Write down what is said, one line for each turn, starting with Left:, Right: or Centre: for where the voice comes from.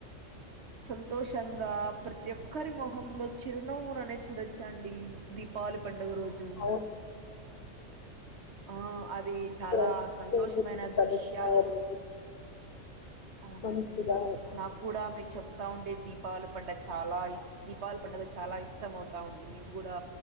Right: సంతోషంగా ప్రతి ఒక్కరి మొహంలో చిరునవ్వులు అనేది చూడొచ్చండి దీపావళి పండు డగ రోజు
Left: అవును
Right: ఆ అద ది చాలా
Left: ప్ర-
Right: సంతోషమైన
Left: స్నేహితులు కలుస్తారు
Right: దృశ్యాలు అవునండి
Left: మంచిగా
Right: నాకు కూడా మీరు చెప్తా ఉండే దీపావళి పండగ చాలా ఇష్ట దీపావళి పండుగ చాలా ఇష్టంమవుతా ఉంది నేను కూడా